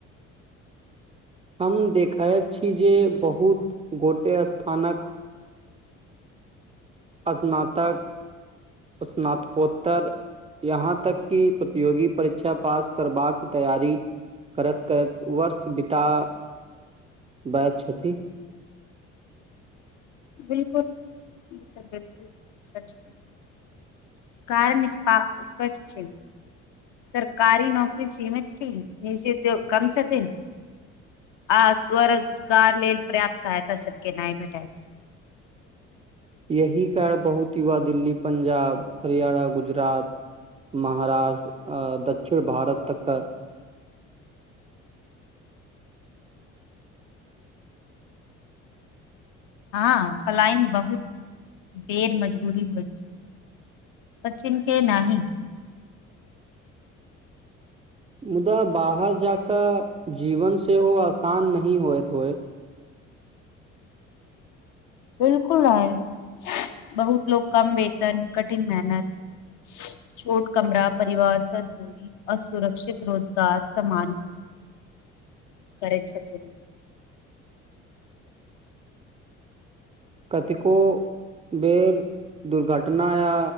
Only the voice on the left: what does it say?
बिलकुल, बिलकुल बिलकुल, ई सच छै। कारण स्प स्पष्ट छै। सरकारी नौकरी सीमित छै, निजी उद्योग कम छथिन। आ स्वरोजगार लेल पर्याप्त सहायता सबके नै भेटै छै।
हँ पलायन बहुत बेर मजबूरी होइ छै। पसिन के नहि।
बिलकुल नै, बहुत लोक कम वेतन कठिन मेहनत छोट कमरा परिवार सं दूरी, असुरक्षित रोजगार सम्मान
करै छथिन।